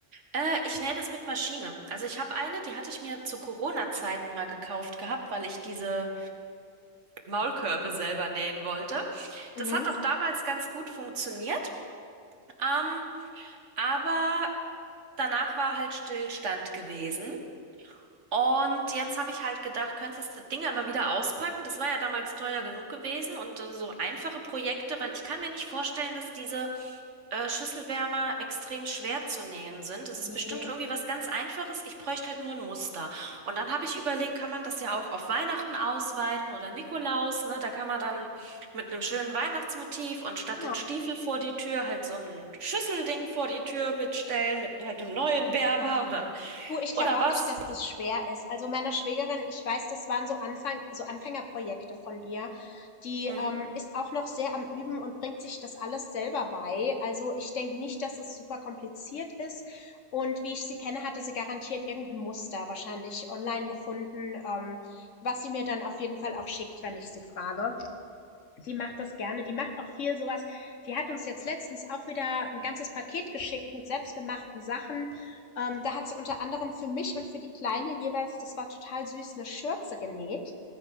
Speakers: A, on the right; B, on the left.
A: Äh, ich nähe das mit Maschine. Also ich habe eine, die hatte ich mir zu Corona-Zeiten mal gekauft gehabt, weil ich diese Maulkörbe selber nähen wollte.
B: Mhm.
A: Das hat auch damals ganz gut funktioniert, ähm, aber danach war halt Stillstand gewesen. Und jetzt habe ich halt gedacht, könntest du das Ding ja mal wieder auspacken? Das war ja damals teuer genug gewesen und äh, so einfache Projekte, weil ich kann mir nicht vorstellen, dass diese äh, Schüsselwärmer extrem schwer zu nähen sind. Das ist
B: Nee,
A: bestimmt irgendwie was ganz Einfaches. Ich bräuchte halt nur ein Muster. Und dann habe ich überlegt, kann man das ja auch auf Weihnachten ausweiten oder Nikolaus, ne? Da kann man dann mit einem schönen Weihnachtsmotiv und statt
B: genau.
A: den Stiefel vor die Tür halt so ein Schüsselding vor die Tür mitstellen mit halt einem neuen Wärmer
B: Ja,
A: oder
B: Du, ich glaube
A: oder
B: auch
A: was.
B: nicht, dass das schwer ist. Also meiner Schwägerin, ich weiß, das waren so Anfang, so Anfängerprojekte von ihr. Die
A: Mhm.
B: ähm, ist auch noch sehr am Üben und bringt sich das alles selber bei. Also ich denke nicht, dass es super kompliziert ist. Und wie ich sie kenne, hatte sie garantiert irgendein Muster wahrscheinlich online gefunden, ähm, was sie mir dann auf jeden Fall auch schickt, wenn ich sie frage. Sie macht das gerne. Die macht auch viel sowas. Die hat uns jetzt letztens auch wieder ein ganzes Paket geschickt mit selbstgemachten Sachen. Ähm, da hat sie unter anderem für mich und für die Kleine jeweils, das war total süß, eine Schürze genäht.